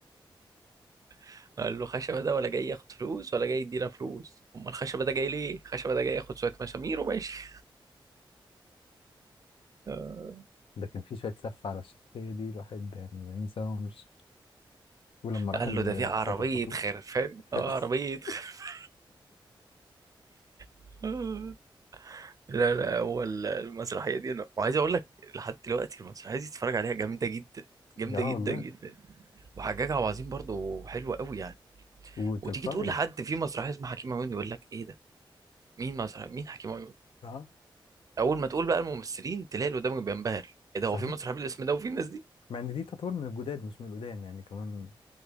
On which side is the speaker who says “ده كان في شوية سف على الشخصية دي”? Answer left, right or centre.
Left